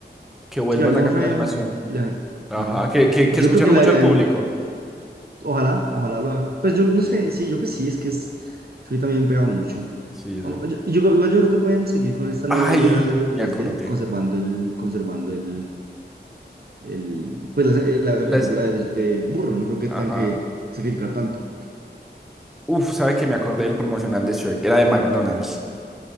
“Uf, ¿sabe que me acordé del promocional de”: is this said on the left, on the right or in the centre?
Centre